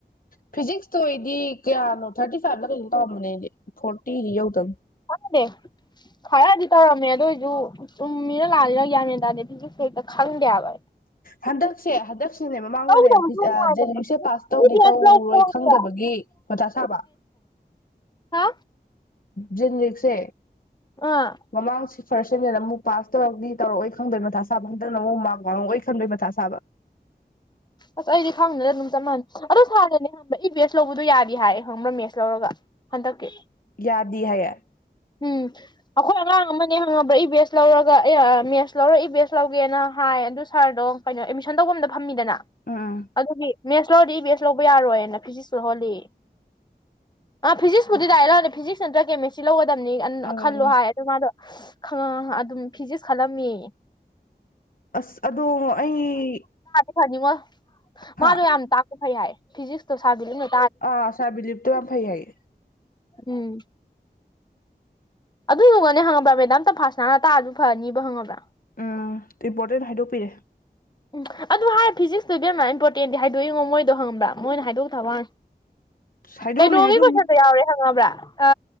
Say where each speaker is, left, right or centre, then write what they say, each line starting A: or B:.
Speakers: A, on the left; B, on the left.
A: ꯐꯤꯖꯤꯛꯁ ꯇꯣ ꯑꯩꯗꯤ ꯀꯌꯥꯅꯣ ꯊꯥꯔꯇꯤ ꯐꯥꯏꯚꯇ ꯀꯩꯅꯣꯝ ꯇꯧꯔꯝꯕꯅꯦ ꯑꯩꯗꯤ ꯐꯣꯔꯇꯤꯗꯤ ꯌꯧꯗꯝ
B: ꯑꯟꯗꯦ ꯈꯔꯗꯤ ꯇꯧꯔꯝꯃꯦ ꯑꯗꯨ ꯑꯣꯏꯏꯁꯨ ꯆꯨꯝꯃꯤꯔꯥ ꯂꯥꯅꯅꯤꯔ ꯒꯥꯏꯅ ꯃꯧꯟ ꯇꯥꯗꯧ ꯐꯖꯤꯁ ꯀꯩꯇ ꯈꯡꯗꯦ ꯍꯥꯏꯕꯥ
A: ꯍꯟꯗꯛꯁꯦ ꯍꯗꯛꯁꯅꯦ ꯃꯃꯥꯡꯒꯥꯅꯦ
B: ꯂꯧꯗꯕꯁꯨ
A: ꯐꯤꯖꯥ
B: ꯅꯨꯡꯉꯥꯏꯇꯕ
A: ꯖꯦꯅꯤꯃ ꯁꯦꯇꯁ ꯇꯧꯒꯦ
B: ꯏꯚꯤꯑꯦꯁ
A: ꯇꯧꯔꯣꯏ
B: ꯂꯧꯕ ꯐꯥꯎꯕꯗ
A: ꯈꯡꯗꯕꯒꯤ ꯃꯊꯥ ꯁꯥꯕ
B: ꯍꯥ
A: ꯖꯅꯤꯛꯁꯦ
B: ꯑꯥ
A: ꯃꯃꯥꯡꯁꯤ ꯐꯔꯁꯟꯅ ꯑꯃꯨꯛ ꯄꯥꯁ ꯇꯧꯔꯛꯅꯤ ꯇꯧꯔꯛꯑꯣꯏ ꯈꯡꯗꯕ ꯃꯊꯥ ꯁꯥꯕ ꯍꯟꯗꯛꯅ ꯑꯃꯨꯛ ꯃꯥꯔꯛ ꯋꯥꯡꯉꯛꯑꯣꯏ ꯈꯟꯕꯩ ꯃꯊꯥ ꯁꯥꯕ
B: ꯑꯁ ꯑꯩꯗꯤ ꯈꯡꯗꯅ ꯑꯗꯨꯝ ꯆꯞ ꯃꯅꯩ ꯑꯗꯨ ꯁꯥꯥꯔꯅ ꯅꯥꯒꯣꯟꯗ ꯍꯕ꯭ꯔ ꯂꯧꯕꯗꯣ ꯌꯥꯒꯤ ꯍꯥꯏ ꯈꯝꯕ꯭ꯔꯥ ꯃꯦꯁ ꯂꯧꯔꯒ ꯍꯟꯗꯛꯀꯤ
A: ꯌꯥꯗꯧ ꯍꯥꯏꯌꯦ
B: ꯎꯝ ꯑꯩꯈꯣꯏ ꯑꯉꯥꯡ ꯑꯃꯅꯦ ꯈꯥꯉꯕꯥ ꯏ ꯕꯤ ꯑꯦꯁ ꯂꯧꯔꯒ <unintelligible> ꯃꯦꯠꯁ ꯂꯧꯔ ꯏ ꯕꯤ ꯑꯦꯁ ꯂꯧꯒꯦꯅ ꯍꯥꯏ ꯑꯗꯨ ꯁꯥꯔꯗꯣ ꯀꯩꯅꯣ ꯑꯦꯗꯃꯤꯁꯟ ꯇꯧꯕꯝꯇ ꯐꯝꯃꯤꯗꯅ
A: ꯎꯝ
B: ꯑꯗꯨꯒꯤ ꯃꯧꯁ ꯀꯂꯥꯑꯣꯗꯤ ꯏ ꯕꯤ ꯑꯦꯁ ꯂꯧꯕ ꯌꯥꯔꯣꯏꯅ ꯐꯤꯖꯤꯛꯁ ꯂꯧ ꯍꯜꯂꯤ ꯑ ꯐꯤꯖꯤꯛꯁꯄꯨꯗꯤ ꯖꯥꯌꯦꯒꯥꯟꯗ ꯐꯤꯖꯤꯛꯁ ꯅꯠꯇ꯭ꯔ ꯀꯦꯃꯤꯁꯇ꯭ꯔꯤ ꯂꯩꯔꯣ ꯇꯔꯝꯅꯤ ꯑꯅꯥ
A: ꯎꯝ
B: ꯈꯜꯂꯣ ꯍꯥꯏ ꯑꯣ ꯃꯥꯗꯣ ꯈ ꯑꯗꯨꯝ ꯐꯤꯖꯤꯛꯁ ꯈꯜꯂꯝꯃꯤ
A: ꯑꯁ ꯑꯗꯣ ꯑꯩ
B: ꯍꯥꯏꯅꯤ ꯋꯥ ꯃꯥꯗꯣ
A: ꯍꯥ
B: ꯌꯥꯝ ꯇꯥꯛꯄ ꯐꯩ ꯍꯥꯏ ꯐꯤꯖꯤꯛꯁ ꯇ ꯁꯥꯒꯂꯤ ꯅ
A: ꯑ ꯁꯕꯂꯤ ꯂꯤꯞꯇ ꯋꯥ ꯐꯩꯏ
B: ꯎꯝ ꯑꯗꯨꯗꯨꯒꯅꯦ ꯈꯪꯉꯕ꯭ꯔꯥ ꯃꯦꯗꯥꯝ ꯇ ꯐꯥꯁ ꯅꯥꯅ ꯇꯥꯔꯁꯨ ꯐꯅꯤꯕ ꯈꯪꯉꯕ꯭ꯔꯥ
A: ꯎꯝ ꯏꯝꯄꯣꯔꯇꯦꯟ ꯍꯥꯏꯗꯣꯛꯄꯤꯔꯦ
B: ꯎꯝ ꯑꯗꯨ ꯍꯥꯏꯔꯦ ꯐꯤꯖꯤꯛꯁꯇꯨꯗꯤ ꯌꯥꯝꯅ ꯏꯝꯄꯣꯔꯇꯦꯟꯗꯤ ꯍꯥꯏꯗꯣꯛꯏꯉꯣ ꯃꯣꯏꯗꯣ ꯍꯪꯕ꯭ꯔꯥ ꯃꯣꯏꯅ ꯍꯥꯏꯗꯣꯛ ꯊꯕꯅꯤ
A: ꯍꯥꯏꯗꯣꯛꯑꯝꯅꯤ
B: ꯀꯩꯅꯣꯒꯤ
A: ꯍꯥꯏꯗꯣꯛꯑꯝꯅꯤ
B: ꯀꯣꯏꯁꯟꯗꯣ ꯌꯥꯎꯔꯦ ꯍꯪꯉꯕ꯭ꯔꯥ ꯑ